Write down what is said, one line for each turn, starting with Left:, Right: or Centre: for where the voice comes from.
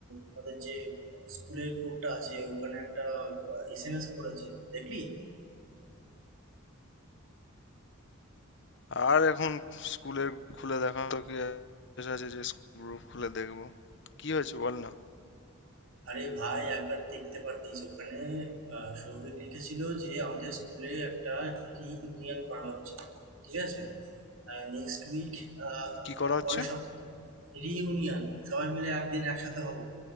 Right: আমাদের যে স্কুলের গ্রুপটা আছে ওখানে একটা এসএমএস করেছে দেখলি
Left: আর এখন স্কুলের খুলে দেখা তো কি আর আছে যে স্কুল গ্রুপ খুলে দেখবো কি হয়েছে বল না
Right: আরে ভাই একবার দেখতে পারতিস ওখানে আহ, সৌভিক লিখেছিল যে আমাদের স্কুলে একটা ইউনিয়ন করা হচ্ছে ঠিক আছে নেক্সট উইক
Left: কি করা হচ্ছে
Right: পরের সপ্তাহে রিইউনিয়ন সবাই মিলে একদিন একসাথে হব